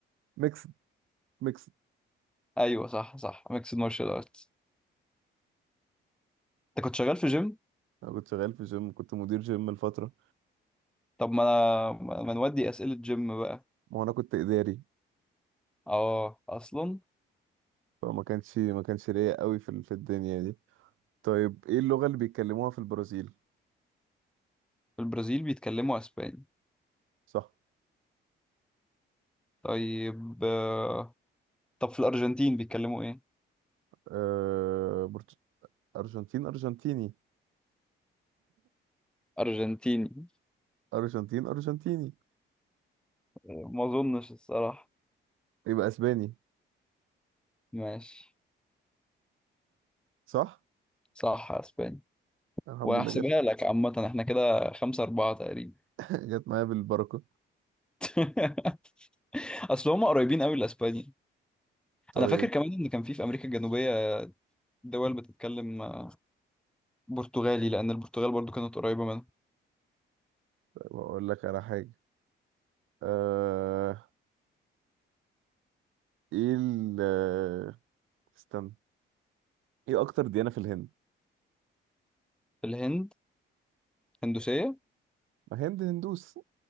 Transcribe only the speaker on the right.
ميكس ميكس
انا كنت شغال في جيم كنت مدير جيم لفتره
ما هو انا كنت اداري
فما كانش ما كانش ليا قوي في ال- في الدنيا دي طيب ايه اللغه اللي بيتكلموها في البرازيل
صح
آه... برت- ارجنتين ارجنتيني
ارجنتين ارجنتيني
يبقى اسباني
صح
الحمد
لله جت
<laughs> جت معايا بالبركه
طيب
بقول لك على حاجه آه... ايه ال آه، استنى ايه اكتر ديانه في الهند
ما هند هندوس